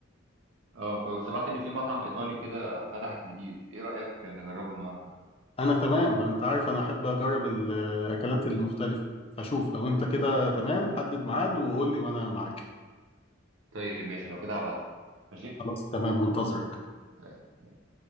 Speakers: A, on the right; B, on the left.
A: اه آه، كنت سمعت ان في مطعم ايطالي كده فتح جديد ايه رايك نجربه النهارده
B: أنا تمام أنت عارف أنا أحب أجرب الأكلات المختلفة فشوف لو أنت كده تمام حدد ميعاد وقول لي وأنا معاك
A: طيب ماشي لو كده هبعت ماشي
B: خلاص تمام منتظرك
A: طيب.